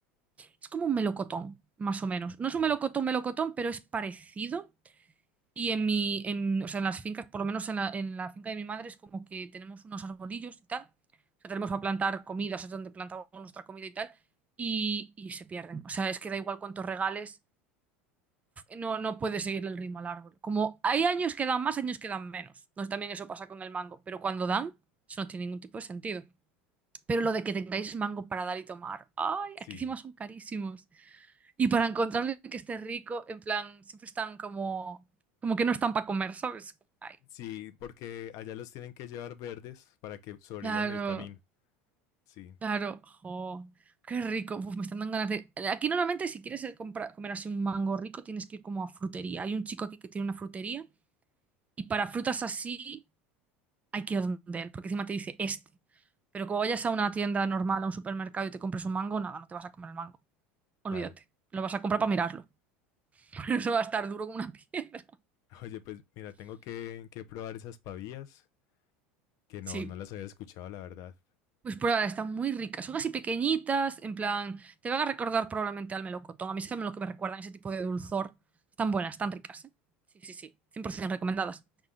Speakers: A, on the right; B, on the left.
A: Es como un melocotón, más o menos.
B: Ok.
A: No es un melocotón, melocotón, pero es parecido. Y en mi, en, o sea, en las fincas, por lo menos en la, en la finca de mi madre, es como que tenemos unos arbolillos y tal. O sea, tenemos para plantar comida, o sea, es donde plantamos nuestra comida y tal. Y, y se pierden. O sea, es que da igual cuántos regales, no, no puede seguir el ritmo al árbol. Como hay años que dan más, años que dan menos. No, también eso pasa con el mango. Pero cuando dan, eso no tiene ningún tipo de sentido. Pero lo de que tengáis mango para dar y tomar, ay,
B: Sí,
A: aquí encima son carísimos. Y para encontrarle que esté rico, en plan, siempre están como, como que no están para comer, ¿sabes? Ay,
B: sí, porque allá los tienen que llevar verdes para que sobrevivan
A: claro,
B: el camino. Sí,
A: claro, jo, qué rico. Uf, me están dando ganas de... Aquí normalmente si quieres eh, compra- comer así un mango rico, tienes que ir como a frutería. Hay un chico aquí que tiene una frutería y para frutas así hay que ir donde él, porque encima te dice este. Pero como vayas a una tienda normal, a un supermercado y te compres un mango, nada, no te vas a comer el mango. Olvídate.
B: claro.
A: Lo vas a comprar para mirarlo. <laughs> Pero eso va a estar duro como una piedra.
B: Oye, pues mira, tengo que, que probar esas pavías, que
A: Sí.
B: no, no las había escuchado, la verdad.
A: Pues prueba, están muy ricas. Son así pequeñitas, en plan, te van a recordar probablemente al melocotón. A mí es lo que me recuerdan ese tipo de dulzor. Están buenas, están ricas, ¿eh? Sí, sí, sí. 100% recomendadas.